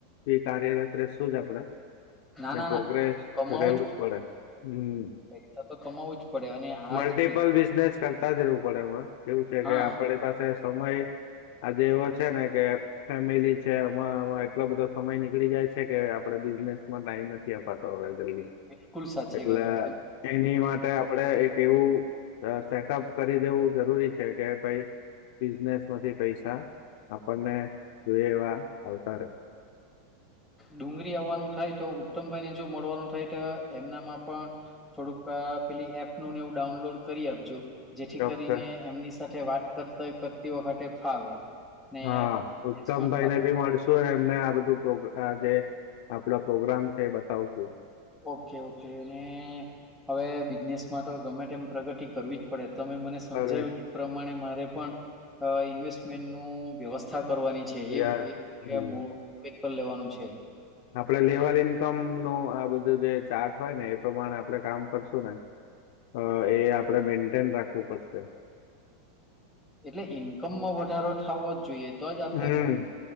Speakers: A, on the left; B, in the centre.
A: એ કાર્યરત રેશું જ આપણેે.
B: ના ના
A: પ્રોગ્રેસ
B: ના કમાવું
A: રહેવું જ પડે હમ
B: પૈસા તો કમાવું જ પડે અને આજ
A: મલ્ટિપલ
B: બી
A: બિઝનેસ તા જ રહેવું પડે એમાં કેવું છે
B: હા
A: કે આપણી પાસે સમય આજે એવો છે ને કે ફેમિલી છે આમાંમાં એટલો બધો સમય નીકળી જાય છે કે આપડે બિઝનેસ માં ટાઈમ નથી અપાતો હવે જલ્દી
B: બિલકુલ સાચી
A: એટલે
B: વાત છે
A: એની માટે આપડે એક એવું સેટઅપ દેવું જરૂરી છે કે ભાઈ બિઝનેસ માંથી પૈસા આપણને જોઈ એવા આવતા રે.
B: ડુંગરી આવવાનું થાય તો ઉત્તમભાઈને જો મળવાનું થાય ત એમનામાં પણ થોડુંક પેલી એપનું ને એવું ડાઉનલોડ કરી આપ જેથી
A: ચોક્કસ
B: કરીને એમની સાથે વાત કરતે કરતી વખતે ફાવે ને
A: હા
B: બિઝનેસમાં
A: ઉત્તમભાઈને
B: તો આપણે
A: ભી મળશુ એમને આ બધું પ્રોગ આ જે આપણા પ્રોગ્રામ છે એ બતાવશું.
B: ઓકે ઓકે અને હવે બિઝનેસમાં તો ગમે તેમ પ્રગતિ કરવી જ પડે. તમે મને સમજાયું
A: સર્વિસ
B: તે પ્રમાણે મારે પણ ઇન્વેસ્ટમેન્ટનું વ્યવસ્થા કરવાની છે એ
A: યસ.
B: <unintelligible>
A: હમ
B: પર લેવાનું છે.
A: આપડે લેવલ ઈન્કમ નું આ બધું જે ચાર્ટ હોય ને એ પ્રમાણે આપણેે કામ કરશું ને અ એ આપણેે મેન્ટેન રાખવું પડશે.
B: એટલે ઈન્કમમાં વધારો થવો જ જોઈએ તો જ આપડે
A: હમ